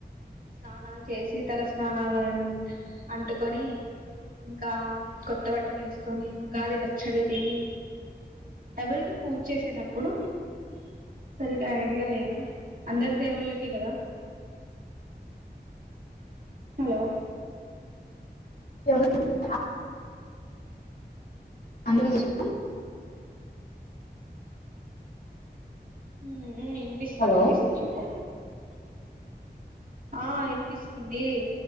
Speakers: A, on the right; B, on the left.
A: స్నానాలు చేసి తల స్నానాలు అంటుకొని ఇంకా కొత్త బట్టం వేసుకొని ఉగాది పచ్చడి తిని ఎవరికి పూజ చేసేది అప్పుడు సరిగా ఐడియా లేదు అందరు దేవుళ్ళకే కదా హలో
B: ఎవరి ఆ అందుకు జె స్
A: హు మ్ వినిపిస్తుంది
B: హలో
A: వినిపిస్తుంది చెప్పు ఆ వినిపిస్తుంది